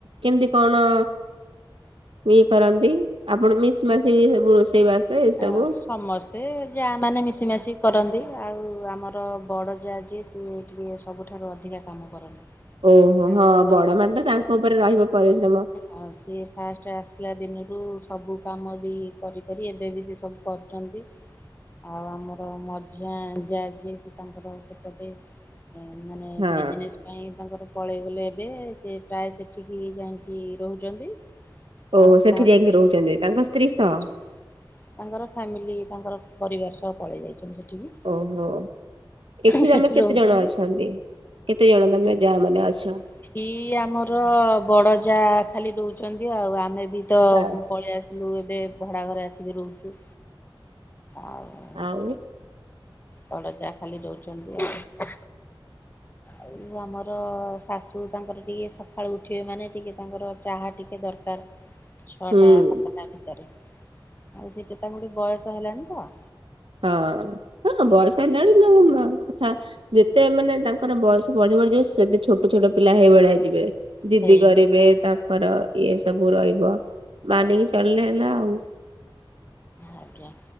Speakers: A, on the right; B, on the left.
A: କେମିତି କଣ? ଇଏ କରନ୍ତି ଆପଣ ମିସି ମାସି ସବୁ ରୋଷେଇ ବାସ ଏ ସବୁ।
B: ଆଉ ସମସ୍ତେ ଯା ମାନେ ମିଶିମାଶି କରନ୍ତି ଆଉ ଆମର ବଡ଼ ଯା ଯିଏ ସିଏ ଟିକେ ସବୁଠାରୁ ଅଧିକା କାମ କରନ୍ତି।
A: ଓହୋ
B: ତାଙ୍କର
A: ହଁ ବଡ ମାନ ତ ତାଙ୍କ ଉପରେ ରହିବ ପରିଶ୍ରମ।
B: ଆଉ ସିଏ ଫାଷ୍ଟ ଆସିଲା ଦିନରୁ ସବୁ କାମ ବି କରି କରି ଏବେ ବି। ସିଏ ସବୁ କରୁଛନ୍ତି। ଆଉ ଆମର ମଝିଆ ଯାଆ ଯିଏ ସେ ତାଙ୍କର ସେପଟେ ଉଁ ମାନେ
A: ହଁ
B: ବିଜନେସ୍ ପାଇଁ ତାଙ୍କର ପଳେଇଗଲେ ଏବେ ସେ ପ୍ରାୟ ସେଠିକି ଯାଇଁକି ରହୁଛନ୍ତି।
A: ଓହୋ
B: ଆଉ
A: ସେଠି
B: ଘରେ
A: ଯାଇକି
B: ବି
A: ରହୁଛନ୍ତି ତାଙ୍କ ସ୍ତ୍ରୀ ସହ?
B: ସେଠି ତାଙ୍କର ଫ୍ୟାମିଲି ତାଙ୍କର ପରିବାର ସହ ପଳେଇ ଯାଇଛନ୍ତି ସେଠିକି।
A: ଓହୋ ଏଠି
B: ସେଠି
A: ତମେ
B: ରହୁଛନ୍ତି।
A: କେତେ ଜଣ ଅଛନ୍ତି? କେତେ ଜଣ ତମେ ଜା ମାନେ ଅଛ?
B: ଏଠି ଆମର ବଡ ଜା ଖାଲି ରହୁଛନ୍ତି ଆଉ ଆମେ ବି ତ
A: ହଁ।
B: ପଳେଇଆସ୍ ଲୁ ଏବେ ଭଡ଼ା ଘରେ ଆସିକି ରହୁଛୁ ଆଉ।
A: ଆଉ
B: ବଡ ଜା ଖାଲି ରଉଛନ୍ତି ଆଉ। ଆଉ ଆମର ଶା ଶୁ ତାଙ୍କର ଟିକେ ସକାଳୁ ଉଠିବେ ମାନେ ଟିକେ ତାଙ୍କର ଚାହା ଟିକେ ଦରକାର। ଛଅଟା
A: ହୁଁ।
B: ସାତଟା ଭିତରେ ଆଉ ସେଠି ତାଙ୍କୁ ଟି ବୟସ ହେଲାନି ତ।
A: ହଁ-ହଁ ବା ବୟସ ହେଲାଣି ତାଙ୍କ ମା ଙ୍କ କଥା ଯେତେ ମାନେ ତାଙ୍କ ତାଙ୍କର ବୟସ ବଢି ବଢିଯିବ ସେତେ ଛୋଟ-ଛୋଟ ପିଲା ହେଇ ଭଳିଆ ଯିବେ ଜିଦି
B: ହେଇ
A: କରିବେ ତାଙ୍କ ର ଇଏ ସବୁ ରହିବ ମାନିକି ଚଳିଲେ ହେଲା ଆଉ।
B: ଆଜ୍ଞା